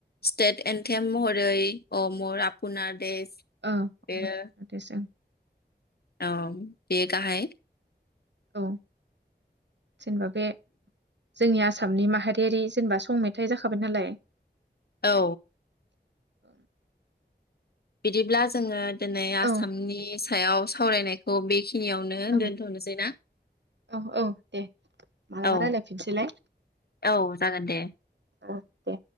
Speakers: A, on the left; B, on the right.
A: सिटेथ एनड थे महरै अ' मर आपनार देश
B: ओ अ'मर
A: बेयो
B: अपनार देस
A: औ। बे गाहाय
B: औ। जेनेबा बे जोंनि आसा आसामनि माहारियारि जेनेबा सं मेथाइ जाखाबाय नालाय
A: औ।
B: <unintelligible>
A: बिदिब्ला जोङो दोनै आसामनि
B: औ
A: सायाव सावरायनायखौ बेखिनि खिनियावनो
B: ओं
A: दोनथ'नोसै ना?
B: औ औ दे मालाबा
A: औ
B: रायलायफिनसैलाय
A: औ जागोन दे।
B: औ दे।